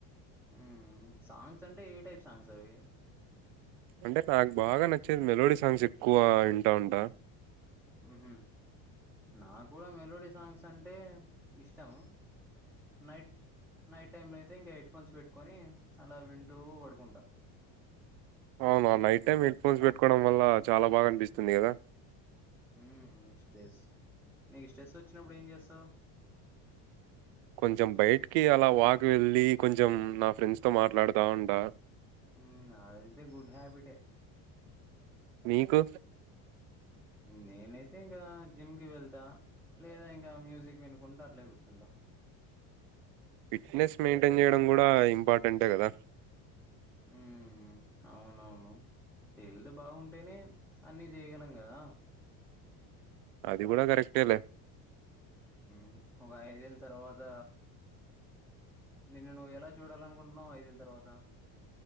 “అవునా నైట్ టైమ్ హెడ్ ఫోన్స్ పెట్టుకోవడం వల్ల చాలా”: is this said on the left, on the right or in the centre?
Right